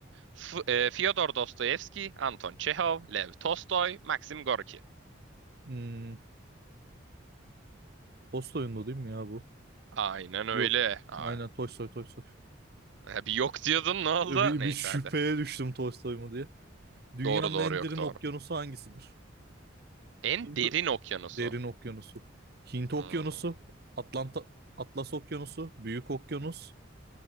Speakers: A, on the right (about 70°); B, on the right (about 50°).
A: F e, Fyodor Dostoyevski, Anton Çehov, Lev Tolstoy, Maxim Gorki.
B: Hmm, Tolstoy'un da değil mi ya bu?
A: Aynen öyle.
B: Yok.
A: Aa,
B: Aynen Tolstoy Tolstoy.
A: bir yok diyordun ne oldu?
B: Bir,
A: Neyse
B: bir şüpheye
A: hadi.
B: düştüm Tolstoy mu diye. Dünyanın
A: Doğru doğru
B: en
A: yok
B: derin
A: doğru.
B: okyanusu hangisidir?
A: En
B: Hint
A: derin okyanusu.
B: derin okyanusu. Hint okyanusu,
A: Hmm.
B: Atlanta Atlas okyanusu, Büyük okyanus,